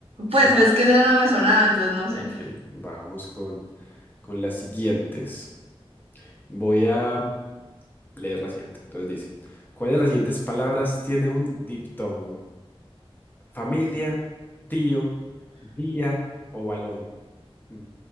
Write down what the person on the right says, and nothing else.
pues
ves que ese no me sonaba, entonces no
sé.